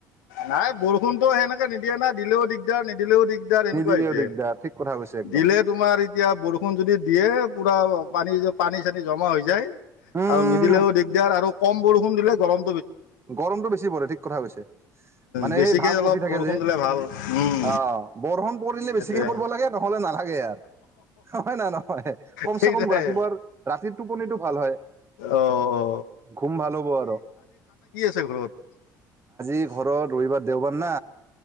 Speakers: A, on the left (about 70°); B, on the right (about 25°).
A: নাই বৰষুণটো সেনেকে নিদিয়ে না দিলেও দিগদাৰ নি দিলেও দিগদাৰ এনেকুৱা
B: নিদিলেও
A: হৈছে।
B: দিগদাৰ ঠিক কথা কৈছে একদম।
A: দিলে তোমাৰ এতিয়া বৰষুণ যদি দিয়ে পুৰা পানী <unintelligible> টো পানী চানী জমা হৈ যায়।
B: উম,
A: আৰু নিদিলেও দিগদাৰ আৰু। কম বৰষুণ দিলে গৰম
B: গৰমটো বেছি পৰে ঠিক কথা কৈছে। মানে
A: বেছিকে
B: সেই ভাৱ
A: অলপ
B: উঠি থাকে
A: বৰষুণ
B: যে
A: দিলে ভাল উম
B: আহ, বৰষুণ পৰিলে
A: সেইটোৱে
B: বেছিকে পৰিব লাগে নহলে নালাগে। আৰু হয় নাই নহয় কমচে
A: সেইটোৱে
B: কম ৰাতিপুৱাৰ ৰাতি টোপনিটো ভাল হয়,
A: অ অ
B: ঘুম ভাল হ'ব আৰু।
A: ছে ঘৰত।
B: ই ঘৰত ৰবিবাৰ দেওবাৰ না।